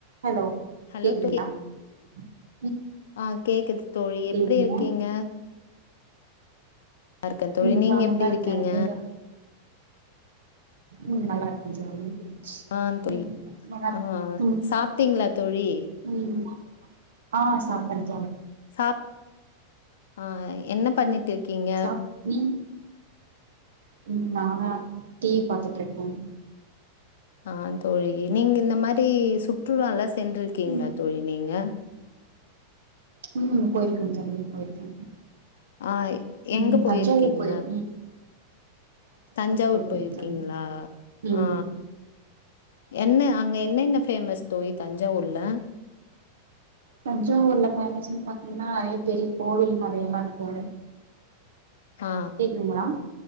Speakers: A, on the right; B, on the left.
A: ஹலோ
B: ஹலோ
A: கேக்குதுங்ளா
B: தோழி
A: உ
B: ஆ கேக்குது தோழி எப்படிருக்கீங்க
A: இருக்கீங்க
B: இருக்கே தோழி
A: ம்
B: நீங்க
A: நா
B: எப்படிருக்கீங்க
A: நல்லா இருக்கே நீங்க ம் நல்லாருக்கே தோழி
B: ஆ தோழி
A: ம் நல்லாருக்
B: ஆ
A: ம்
B: சாப்ட்டீங்களா தோழி
A: ம் ஆ சாப்டேங்
B: சாப் ஆ என்ன பண்ணிட்டுர்க்கீங்க
A: சாப் நீங் ம் நானா டிவி பாத்துட்ருக்கோம்
B: ஆ தோழி நீங்க இந்த மாரி சுற்றுலால்லா சென்றிருக்கீங்ளா
A: ம்
B: தோழி நீங்க
A: ம் போயிருக்கே தோழி போயிருக்கே
B: ஆ எங்க
A: ம்
B: போயிருக்கீங்க
A: தஞ்சாவூர் போய் ம்
B: தஞ்சாவூர்
A: போயிருக்கே
B: போயிருக்கீங்களா
A: தோழி ம்
B: ஆ என்ன அங்க என்னென்ன ஃப் ஃபேமஸ் தோழி தஞ்சாவூர்ல
A: தஞ்சாவூர்ல பேஃமஸ்ன்னு பாத்தீங்னா ஐய பெரிய கோவில் மலையெல்லா இருக்குமே
B: ஆ
A: கேக்குதுங்ளா